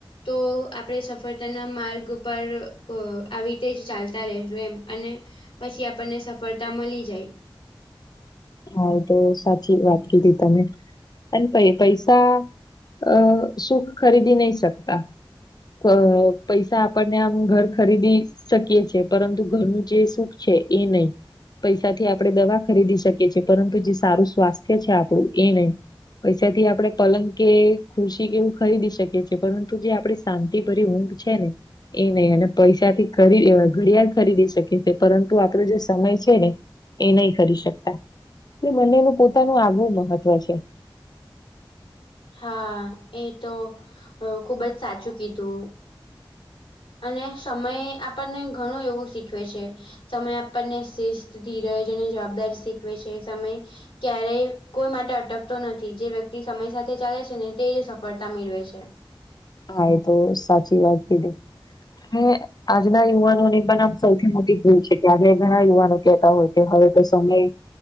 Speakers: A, on the left; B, on the left.
A: તો આપડણે <unintelligible> પોતાના માર્ગ પર આવી રીતે જ ચાલતા રહે એમ અને. પછી આપણને સફળતા મળી જાય.
B: હા તો સાચી વાત કીધી તમે. અને પ પૈસા અ સુખ ખરીદી નહી શકતા અ પૈસા આપણને આમ ઘર ખરીદી શકીએ છે પરંતુ ઘરનું જે સુખ છે, એ નહી પૈસાથી આપણે દવા ખરીદી શકીએ છીએ પરંતુ જે સારું સ્વાસ્થ્ય છે, આપણું એ નહી. પૈસાથી આપડે પલંગ કે ખુરશી કે એવુ, ખરીદી શકીએ છેએ પરંતુ જે આપણે શાંતિ ભરી ઊંઘ છેને. એ નહી અને પૈસા થી ખરી ઘડિયાળ ખરીદી શકીી પરંતુ આપણો જે સમય છેને. એ નહી કરી શકતા એટલે મને એનું પોતાનું આગવું મહત્વ છે.
A: હા એ તો ખુબ જ સાચું કીધુ અને સમય આપણને ઘણું એવું શીખવે છે. સમય આપણને શિસ્ત ધીરજ અને જવાબદારી શીખવે છે, સમય ક્યારેય કોઈ માટે અટકતો નથી જે વ્યક્તિ સમય સાથે ચાલે છે ને તે જ સફળતા મેળવે છે.
B: હા એ તો સાચી વાત કીધી હ આજના યુવાનો ની પણ આમ સૌથી મોટી ભૂલ છે, કે આજ ઘણા યુવાનો કેહેતા હોય કે હવે તો સમય